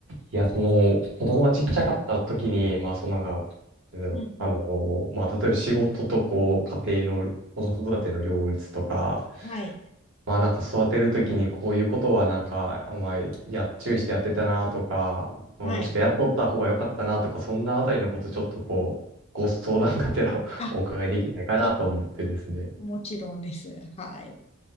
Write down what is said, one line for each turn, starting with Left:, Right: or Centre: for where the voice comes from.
Right: いや、その、子供がちっちゃかった時に、まあ、そのなんか、なんだろう、
Left: うんうん
Right: あのーまあ、例えば仕事とこう、家庭の、子育ての両立とか、
Left: はい。
Right: まあなんか育てるときにこういうことはなんか、あんまりや、注意してやってたなとか、まあ、
Left: はい。
Right: もしくはやっとった方が良かったなとか、そんなあたりのことちょっとこう、ご相談がてら <laughs>
Left: あ、
Right: お伺いできないかなと思ってですね。
Left: あ、もちろんです。はい。